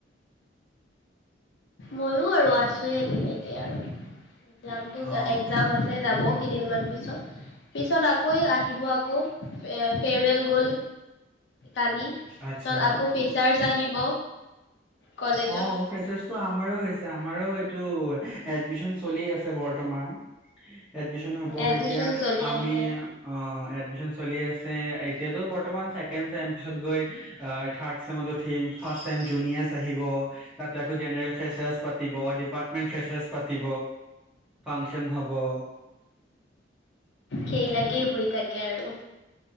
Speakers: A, on the left; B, in the centre.
A: ময়ো আৰু আছোহে তেনেকে আৰু একজামটো
B: অ
A: একগ্জাম আছে যাব কেইদিনমান পিছত পিছত আকৌ আহিব আকৌ ফেৰৱেল গ'ল কালি
B: আচ্ছা
A: পিছত আকৌ ফেচাৰছ আহিব কলেজত
B: অ ফ্ৰেচছটো আমাৰো হৈছে যে আমাৰো টো এডমিচন চলি আছে বৰ্তমান এডমিশন হ'ব
A: এডমিশন
B: এতিয়া
A: চলি
B: আমি
A: আছে
B: অ এডমিচন চলি আছে এতিয়াতো বৰ্তমান চ ম পিছত গৈ থাৰড চছেমত উঠিম ফাৰ চেম জুনিয়াৰ াকৌ জেনেল পাতি ডপাৰ্ন্ ফাৰ পাতি ফাংন হব বা
A: সেইিলাকেই হৈ থাকে আৰু